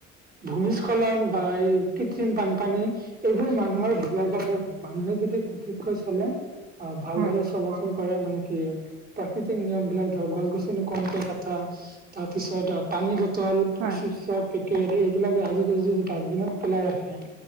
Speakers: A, on the right; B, on the right.
A: ভূমিস্খলন বা এই কৃত্ৰিম বানপানী এইবোৰ মানুহৰ,
B: হয়
A: ইয়াত যাতে মানুহে যদি সঠিক কৈ চলে অঁ ভালদৰে
B: হয়
A: চলে ভুল কৰে মানে কি? প্ৰাকৃতিক নিয়ম বিলাক ধৰক গছ-গছনি কমকৈ কটা। তাৰপিছত আ পানী বটল,
B: হয়
A: চিপচৰ পেক কেত এইবিলাক আজি যদি যি ডাষ্টবিনত পেলাই ৰাখে।